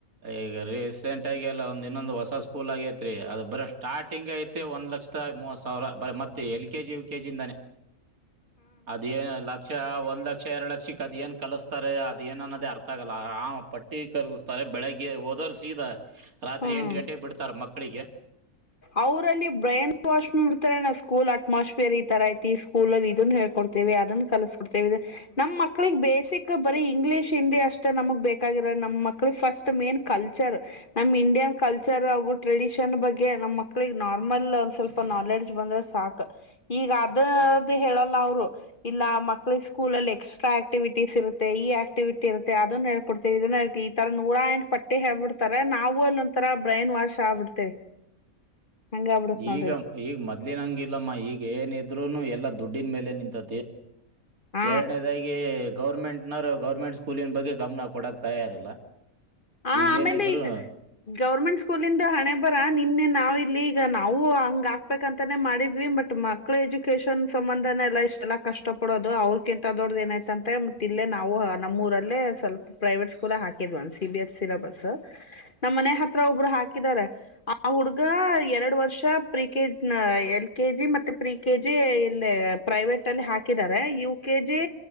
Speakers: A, on the right; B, on the left.
A: ಈಗ ರೀಸೆಂಟ್ ಆಗಿ ಎಲ್ಲ ಒಂದ್ ಇನ್ನೊಂದು ಹೊಸ ಸ್ಕೂಲ್ ಆಗೇತ್ರಿ ಅದು ಬರ ಸ್ಟಾರ್ಟಿಂಗ್ ಐತಿ ಒಂದ ಒ ಲಕ್ಷದ ಮೂವತ್ ಸಾವಿರ ಬರ ಮತ್ತೆ L K G U K G ಇಂದಾನೇ
B: ಹ
A: ಅದೇನ್ ಲಕ್ಷ ಒಂದ್ ಲಕ್ಷ ಎರಡ್ ಲಕ್ಷಕ್ಕ ಅದ್ ಏನ್ ಕಲಸ್ತಾರೆ ಅದ ಏನನ್ನೋದೇ ಅರ್ಥ ಆಗಲ್ಲ ಆ ಪಟ್ಟಿ ಕಲಿಸ್ತಾರೆ ಬೆಳಗ್ಗೆ ಓದೋ್ರು ಸೀದ ರಾತ್ರಿ
B: ಹ್ಮ್.
A: ಎಂಟು ಗಂಟೆಗೆ ಬಿಡ್ತಾರ ಮಕ್ಕಳಿಗೆ
B: ಅವರಲ್ಲಿ ಬ್ರೈನ್ ವಾಶ್ ನಡ್ತಾರೆ ನಾ ಸ್ಕೂಲ್ ಅಟ್ಮಾಸ್ಫಿಯರ್ ಈ ತರ ಐತಿ ಸ್ಕೂಲ್ ಅಲ್ಲಿ ಇದನ್ನ ಹೇ ಕೊಡ್ತೇವಿ ಅದನ್ನ ಕಲಸ್ಕೊಡ್ತೇವಿ ನಮ್ಮ ಮಕ್ಳಿಗೆ ಬೇಸಿಕ್ ಬರೀ ಇಂಗ್ಲೀಷ್ ಹಿಂದಿ ಅಷ್ಟೇ ನಮಗ್ ಬೇಕಾಗಿ ನಮ್ಮ ಮಕ್ಕಳಿಗೆ ಫಸ್ಟ್ ಮೇನ್ ಕಲ್ಚರ್ ನಮ್ ಇಂಡಿಯನ್ ಕಲ್ಚರ್ ಹಾಗು ಟ್ರೆಡಿಷನ್ ಬಗ್ಗೆ ನಮ್ಮ್ ಮಕ್ಕಳಿಗೆ ನಾರ್ಮಲ್ ಒಂದ ಸ್ವಲ್ಪ ನಾಲೆಡ್ಜ್ ಬಂದ್ರೆ ಸಾಕು ಈಗ ಅದದು ಹೇಳಲ್ಲ ಇಲ್ಲ ಮಕ್ಳಿಗೆ ಸ್ಕೂಲ್ ಅಲ್ಲಿ ಎಕ್ಸ್ಟ್ರಾ ಆಕ್ಟಿವಿಟಿಸ್ ಇರುತ್ತೆ ಈ ಆಕ್ಟಿವಿಟಿ ಇತ್ತೆ ಅದನ್ನ ಹೇೊ ಇದನ್ನ ಈ ತರ ನೂರಾ ಎಂಟ್ ಪಟ್ಟಿ ಹೇಬಿಡ್ತಾರೆ ನಾವು ಇಲ್ಲ ಒ ತರ ಬ್ರೈನ್ ವಾಷ ಆಗ್ಬಿಡ್ತೇವಿ ಹಂಗ ಆಗ್ಬಿಡತ್ ನೋಡ್ರಿ
A: ಈಗ ಈಗ ಮೊದ್ಲಿನಂಗಿಲ್ಲಮ್ಮ ಈಗ ಏನಿದ್ೂನು ಎಲ್ಲ ದುಡ್ಡಿನ ಮೇಲೆ ನಿಂತತಿ
B: ಹ
A: ಎರಡನೇದಾಗಿ ಗೌರ್ಮೆಂಟ್ನ ಗೌರ್ಮೆಂಟ್ ಸ್ಕೂಲಿನ ಬಗ್ಗೆ ಗಮನ ಕೊಡಕ್ ತಯಾರಿಲ್ಲ
B: ಹ
A: ಈಗೇನಿದ್ರು
B: ಆಮೇಲೆ ಈಗ ಗೌರ್ಮೆಂಟ್ ಸ್ಕೂಲಂದ ಹಣೆ ಬರ ನಿನ್ನೆ ನಾವವು ಇಲ್ಲಿ ಈಗ ನಾವು ಹಂಗ ಹಾಕ್ಬೇಕಂತಾನೆ ಮಾಡಿದ್ವಿ ಬಟ್ ಮಕ್ಳ ಎಜುಕೇಶನ್ ಸಂಬಂಧ ಎಲ್ಲ ಇಷ್ಟೆಲ್ಲಾ ಕಷ್ಟ ಪಡೋದು ಅವ್ರಕಿಂತ ದೊಡ್ಡ್ದ ಏನಯತ ಅಂತೆ ಮತ್ತ ಇಲ್ಲೇ ನಾವು ಮೂರಲ್ಲ ಸ್ವಲ್ ಪ್ರೈವೇಟ್ ಸ್ಕೂಲ್ ಹಾಕಿದ್ ಅನ್ಸ ಸಿ ಬಿ ಎಸ್ ಸಿಲಬಸ್ ನಮ್ಮ ಮನೆ ಹತ್ರ ಒಬ್ರು ಹಾಕಿದಿದ್ದಾರೆ ಆ ಹುಡುಗ ಎರಡು ವರ್ಷ ಪ್ರ ಕೆಜಿ ಎಲ್ ಕೆ ಜಿ ಮತ್ತೆ ಪ್ರಿ ಕೆ ಜಿ ಇಲ್ಲಿ ಪ್ರೈವೇಟ್ ಅಲ್ಲಿ ಹಾಕಿದ್ದಾರೆ ಯು ಕೆ ಜಿ